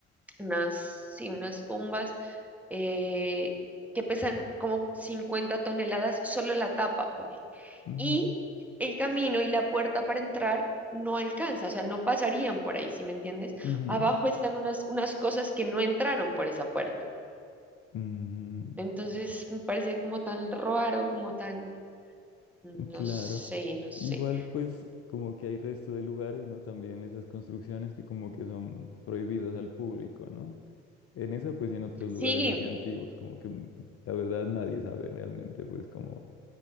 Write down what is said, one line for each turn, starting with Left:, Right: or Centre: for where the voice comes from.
Centre: unas, sí, unas tumbas eh, que pesan como 50 toneladas, solo la tapa, pone.
Left: ujú,
Centre: Y el camino y la puerta para entrar no alcanza, o sea, no pasarían por ahí, ¿sí me entiendes?
Left: ujú,
Centre: Abajo están unas, unas cosas que no entraron por esa puerta.
Left: ujú,
Centre: Entonces me parece como tan raro, como tan, no
Left: Claro.
Centre: sé, no sé.
Left: Igual, pues, como que hay resto de lugares, ¿no? También esas construcciones que como que son prohibidas al público, ¿no? En eso, pues, y en otros
Centre: Sí,
Left: lugares así antiguos, como que mm, la verdad nadie sabe realmente, pues, como,